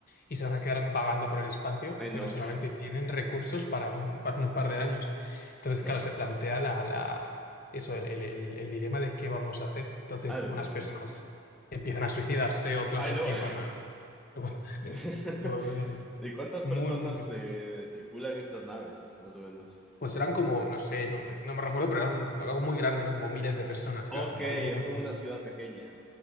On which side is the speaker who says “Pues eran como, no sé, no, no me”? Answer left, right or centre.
Left